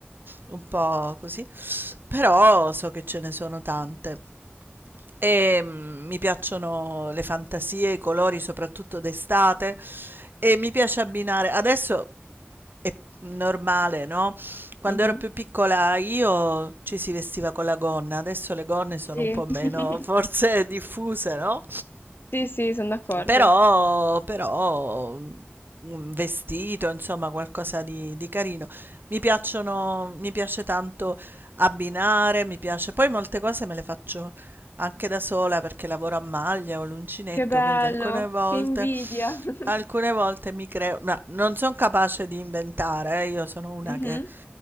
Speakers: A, on the right; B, on the left.
A: un po' così, però so che ce ne sono tante. E mm, mi piacciono le fantasie, i colori, soprattutto d'estate, e mi piace abbinare. Adesso è normale, no? Quando
B: Mhm.
A: ero più piccola io ci si vestiva con la gonna, adesso le gonne
B: Sì,
A: sono un po' meno
B: <laughs>
A: forse diffuse, no?
B: sì, sì, sono d'accordo.
A: Però, però un vestito, insomma, qualcosa di, di carino. Mi piacciono, mi piace tanto abbinare, mi piace. Poi molte cose me le faccio anche da sola perché lavoro a maglia o l'uncinetto,
B: Che bello,
A: quindi alcune volte,
B: che invidia. <laughs>
A: alcune volte mi creo, ma non sono capace di inventare, eh, Io sono una
B: Mhm.
A: che